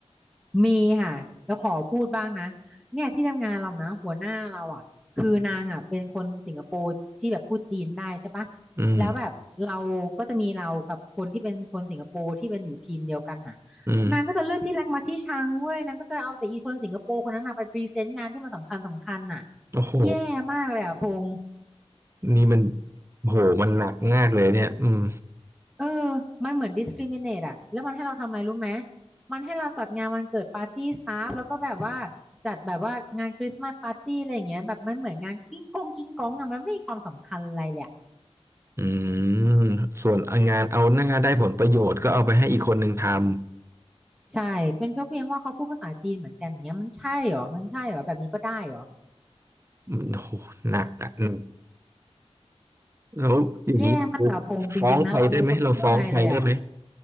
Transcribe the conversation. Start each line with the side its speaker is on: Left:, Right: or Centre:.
Centre: มีค่ะแล้วขอพูดบ้างนะเนี่ยที่ทำงานเรานะหัวหน้าเราอ่ะคือนางอ่ะเป็นคนสิงคโปร์ที่แบบพูดจีนได้ใช่ปะ
Right: อืม
Centre: แล้วแบบเราก็จะมีเรากับคนที่เป็นคนสิงคโปร์ที่เป็นอยู่ทีมเดียวกันน่ะ
Right: อืม
Centre: นางก็จะเลือกที่รักมาที่ชังเว้ยนางก็จะเอาแต่อีคนสิงคโปร์คนนั้นน่ะไปพรีเซนต์งานที่มันสำคัญสำคัญน่ะ
Right: โอ้โห
Centre: แย่มากเลยอ่ะพง
Right: นี่มันโอ้โหมันหนักมากเลยเนี่ยอืม
Centre: เออมันเหมือน discriminate อะแล้วมันให้เราทำอะไรรู้ไหม มันให้เราจัดงานวันเกิดปาร์ตี้สตาฟแล้วก็แบบว่าจัดแบบว่างานคริสต์มาสปาร์ตี้อะไรอย่างเงี้ยแบบมันเหมือนงานกิ้งกงกิ้งกงอะมันไม่มีความสำคัญอะไรเลยอะ
Right: อืมส่วนงานเอาหน้าได้ผลประโยชน์ก็เอาไปให้อีกคนหนึ่งทำ
Centre: ใช่ เป็นเพียงเพียงว่าเขาพูดภาษาจีนเหมือนกันอย่างเงี้ยมันใช่เหรอมันใช่เหรอแบบนี้ก็ได้เหรอ
Right: อืมโหหนักอ่ะอืมแล้วอย่างนี้
Centre: แย่มากอะพงษ์จริงๆนะเราไม่รู้จะพูดว่าไงเลยอะ
Right: ฟ้องใครได้ไหมเราฟ้องใครได้ไหม